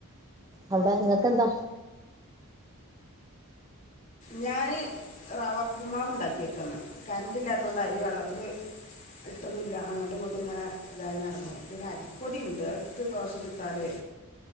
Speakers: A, on the right (about 15°); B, on the left (about 35°).
A: അവടെ ഇങ്ങക്ക് എന്താ
B: ഞാന് റവ ഉപ്പുമാവ് ഉണ്ടാക്കിക്കേന്ന് കറണ്ട് ഇല്ലാത്തോണ്ട് അരി വെള്ളത്തില് ഇട്ടതൂല അങ്ങട്ടും ഇങ്ങട്ടും ഇങ്ങനെ ഇതായി നടന്നു പിന്നെ അരിപ്പൊടി ഇണ്ട് അത് ഇട്ട് ദോശ ചുട്ടാല്